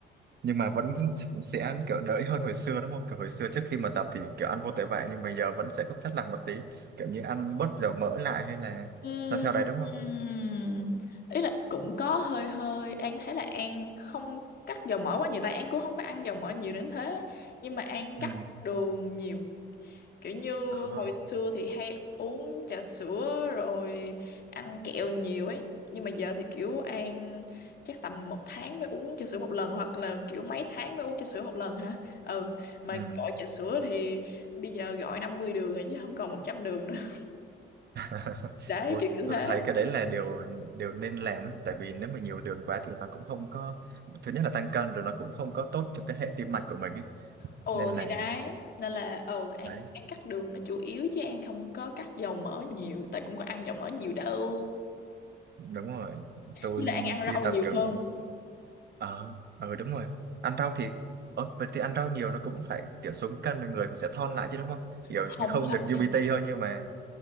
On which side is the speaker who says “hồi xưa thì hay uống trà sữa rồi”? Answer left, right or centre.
Left